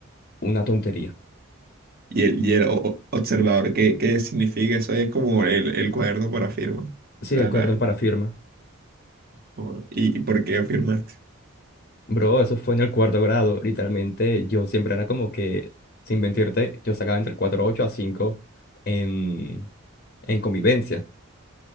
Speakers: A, on the left; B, on the right.
A: una tontería.
B: Y el, y el o- observador, ¿qué, qué significa? Eso es como el, el cuaderno para firma. O
A: Sí,
B: sea,
A: el cuaderno
B: la-
A: para firma.
B: o- ¿y, y por qué firmaste?
A: Bro, eso fue en el cuarto grado. Literalmente, yo siempre era como que, sin mentirte, yo sacaba entre cuatro punto ocho a 5 en, en convivencia.